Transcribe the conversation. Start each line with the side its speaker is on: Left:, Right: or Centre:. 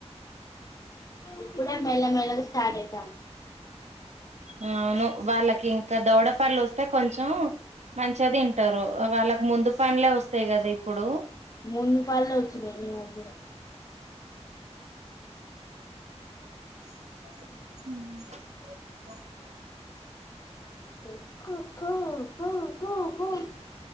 Left: ఇప్పుడే మెల్ల మెల్లగా స్టార్ట్ అవు
Right: అవును వాళ్ళకి ఇంకా దౌడపళ్ళు వ అయితే కొంచెం మంచిదింటారు వాళ్ళకు ముందు పళ్ళె వస్తాయి కదా ఇప్పుడు
Left: ముందు పళ్ళె వచ్చినాయి ఈమె కి కూడా
Right: ఉ
Left: కో కోకో కో కో